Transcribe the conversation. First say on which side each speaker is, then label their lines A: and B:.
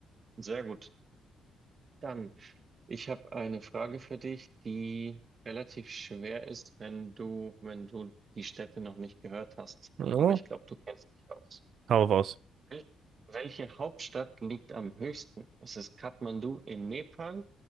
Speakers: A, on the right; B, on the right.
A: sehr gut. Dann. Ich habe eine Frage für dich, die relativ schwer ist, wenn du, wenn du die Städte noch nicht gehört hast.
B: Ja,
A: Aber ich glaube, du kennst dich aus.
B: hau raus.
A: Wel welche Hauptstadt liegt am höchsten? Ist es Kathmandu in Nepal?